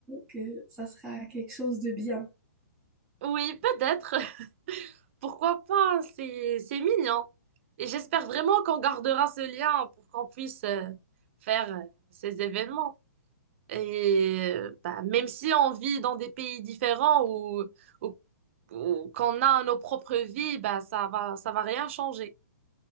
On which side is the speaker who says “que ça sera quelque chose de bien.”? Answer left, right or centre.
Centre